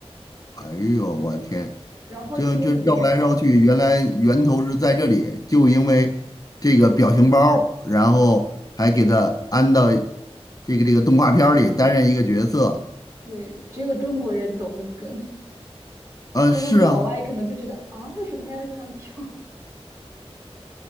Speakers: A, on the left; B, on the right.
A: 哎呦，我天，
B: 然后这边里边
A: 这这绕来绕去，原来源头是在这里，就因为这个表情包儿然后还给他安到这个这个动画片儿里担任一个角色。
B: 对，只有中国人懂得梗，
A: 呃，
B: 所以他们老外可能就觉得啊，
A: 是啊，
B: 为什么他要这样跳？